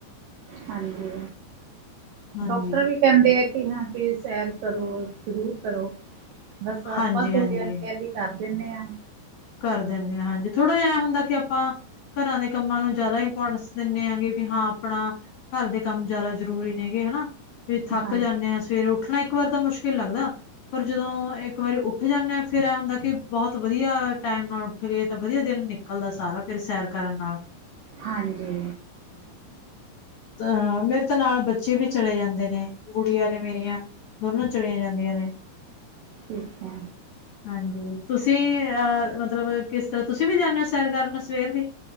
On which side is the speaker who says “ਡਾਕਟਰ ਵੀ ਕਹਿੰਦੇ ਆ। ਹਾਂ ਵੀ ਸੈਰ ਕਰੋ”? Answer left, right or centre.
Right